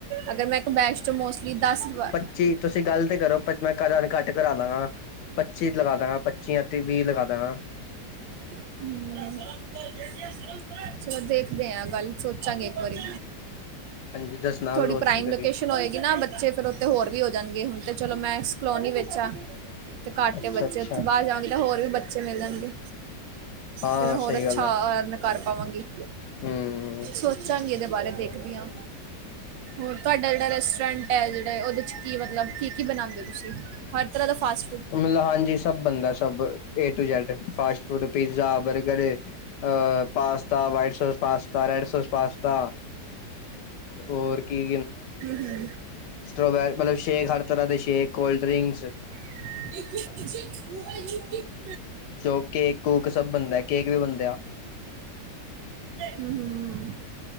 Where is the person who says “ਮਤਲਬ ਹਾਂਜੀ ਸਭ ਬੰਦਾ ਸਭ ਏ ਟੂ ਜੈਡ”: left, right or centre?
Left